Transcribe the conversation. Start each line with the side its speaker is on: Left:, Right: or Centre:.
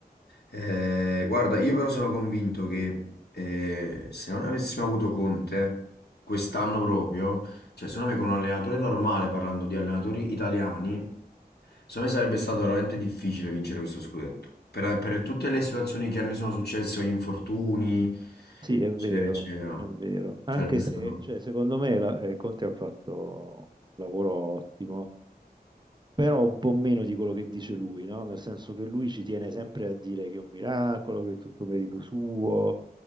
Left: Eh, guarda, io però sono convinto che eh, se non avessimo avuto Conte, quest'anno proprio, cioè secondo me con un allenatore normale, parlando di allenatori italiani, Secondo me sarebbe stato veramente difficile vincere questo scudetto. Per, per tutte le situazioni che a noi sono successe, gli infortuni,
Right: sì, è vero,
Left: eccetera, eccetera.
Right: è vero. Anche
Left: Sarebbe stato...
Right: se, cioè, secondo me la- eh, Conte ha fatto un lavoro ottimo, però un po' meno di quello che dice lui, no? Nel senso che lui ci tiene sempre a dire che è un miracolo, che è tutto merito suo,